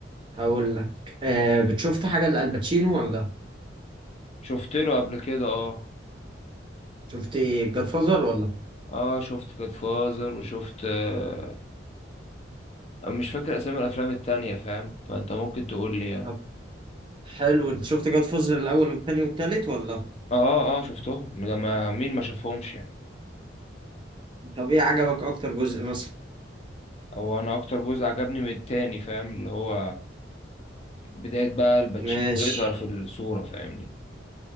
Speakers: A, on the right (about 25°); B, on the left (about 35°).
A: هقول لك آه بتشوفت حاجه لالباتشينو ولا
B: شفت له قبل كده اه
A: شفت جاد فازر ولا
B: اه شفت جاد فازر وشفت آه... مش فاكر اسامي الافلام التانية فاهم فانت ممكن تقول لي يعني.
A: طب حلو انت شفت جاد فازر الاول والثاني والثالث ولا
B: اه اه شفتهم ده ما مين ما شافهمش يعني
A: طب ايه عجبك اكتر جزء مثلا
B: او انا اكتر جزء عجبني من التاني فاهم اللي هو بداية بقى الباتشينو
A: ماشي
B: يظهر في الصورة فاهمني